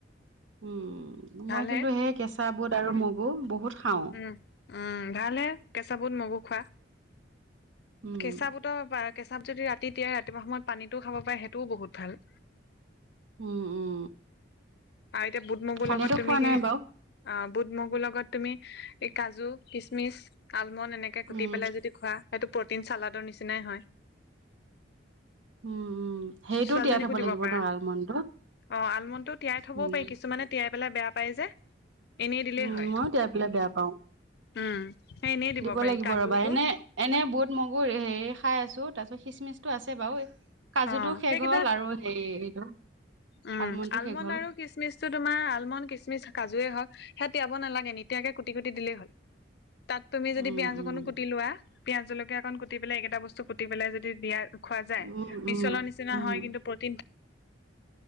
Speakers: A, on the right; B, on the left.
A: উম মই
B: ভালহে
A: কিন্তু সেই কেঁচা বুট আৰু মগু বহুত খাওঁ।
B: উম উম ভাল হে কেঁচা বুট মগু খোৱা।
A: উম
B: কেঁচাবুটৰ বা কেঁচাত যদি ৰাতি তিয়াই ৰাতিপুৱা সময়ত পানীটোও খাব পাৰে সেই টো বহুত ভাল। <inaudible>
A: উম উম
B: আৰু এতিয়াও বুট মগুৰ
A: পানীতো
B: লগত তুমি
A: খোৱা
B: কে
A: নাই বাৰু
B: অ বুট মগুৰ লগত তুমি এই কাজু, কিচমিচ, আলমণ্ড এনেকে কুটি
A: উম
B: পেলাই যদি খোৱা সেইটো প্ৰটিন চালাডৰ নিচিনাই হয়।
A: উম উম। সেইটোও
B: ছোৱালীজনীকো
A: তিয়াই থব
B: দিব
A: লাগিব
B: পাৰা
A: ন আলমণ্ডটো?
B: অ আলমণ্ডটো তিয়াই থবও
A: উম
B: পাৰি কিছুমানে তিয়াই পেলাই বেয়া পায় যে। এনেই দিলেই
A: উম
B: হয়
A: মইয়ো তিয়াই পেলাই বেয়া পাও।
B: উম সেই এনেই
A: দিব
B: পাৰি
A: লাগিব
B: কাজুটো
A: ৰবা, এনে এনে বুট মগুৰ হে খাই আছো, তাৰ পিছত খিচমিচ টো আছে বাও কাজুটো
B: অ
A: শেষ
B: সেইকেইটা
A: হ'ল আৰু হেৰি এইটো
B: উম,
A: আলমণ্ডটো
B: আলমণ্ড
A: শেষ হ'ল
B: আৰু খচমিচটো তোমাৰ, আলমণ্ড, কিচমিচ, কাজুয়েই হওক সেয়া তিয়াব নালাগে, নিতিয়াকে কুটি -কুটি দিলেই হ'ল, তাত তুমি যদি
A: উম
B: পিয়াঁজ
A: উম
B: অকনো কুটি লোৱা পিয়াজ জলকীয়া অকন কুটি পেলাই এইকেইটা বস্তু কুটি পেলাই যদি দিয়া খোৱা যায়,
A: উম উম
B: মিছলৰ নিচিনা
A: উম
B: হয় কিন্তু প্ৰটিন